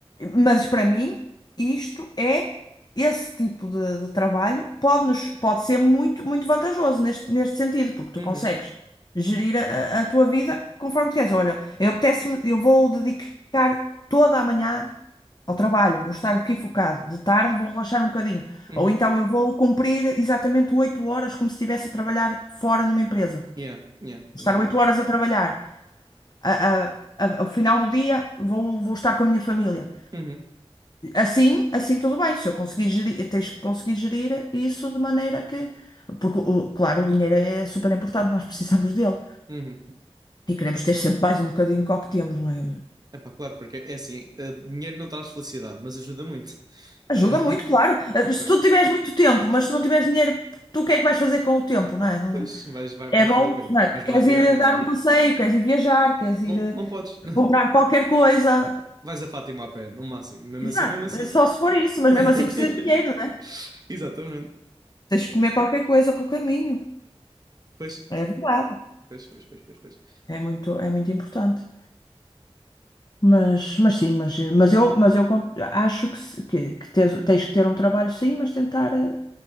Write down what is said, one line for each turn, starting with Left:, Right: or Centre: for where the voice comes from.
Left: Mas para mim, isto é esse tipo de, de trabalho pode, nos, pode ser muito, muito vantajoso neste, neste sentido, porque tu
Right: Uhum.
Left: consegues gerir a, a- tua vida conforme tu queres. Olha, eu apetece-me, eu vou dedicar toda a manhã ao trabalho, vou estar aqui focado. De tarde vou relaxar um bocadinho.
Right: Uhum.
Left: Ou então eu vou cumprir exatamente oito horas como se estivesse a trabalhar fora numa empresa. Vou
Right: Yeah, yeah, yeah,
Left: estar oito
Right: yeah.
Left: horas a trabalhar. A- a- a- ao final do dia vou, vou estar com a minha família.
Right: Uhum,
Left: Assim, assim tudo bem, se eu conseguir gerir, tens que conseguir gerir isso de maneira que. Porque, o- claro, o dinheiro é super importante, nós precisamos dele.
Right: uhum.
Left: E queremos
Right: É,
Left: ter sempre mais um bocadinho que o que temos, não é?
Right: é pá, claro, porque é assim, eh, dinheiro não traz felicidade, mas ajuda muito.
Left: Ajuda
Right: Eh,
Left: muito, claro. Eh, Se
Right: <laughs>
Left: tu tiveres muito tempo, mas se não tiveres dinheiro, tu o que é que vais fazer com o tempo, não é? Não-
Right: pois, vais, vai-
Left: É
Right: vais
Left: bom,
Right: fazer o quê?
Left: não é?
Right: Vais
Left: Tu queres
Right: vadear?
Left: ir
Right: Não,
Left: dar um passeio, queres ir viajar, queres ir
Right: não,
Left: eh,
Right: não podes. <laughs>
Left: comprar qualquer coisa.
Right: Vais a Fátima a pé, no máximo. Mesmo
Left: Exato,
Right: assim, mesmo assim.
Left: mas só se for isso, mas
Right: <laughs>
Left: mesmo assim precisas de dinheiro, não é?
Right: Exatamente.
Left: Tens de comer qualquer coisa pelo caminho.
Right: Pois,
Left: É verdade.
Right: pois, pois, pois, pois, pois.
Left: É muito, é muito importante. Mas, mas sim, mas, mas eu, mas eu con- acho que, se- que, que tens, tens que ter um trabalho, sim, mas tentar eh,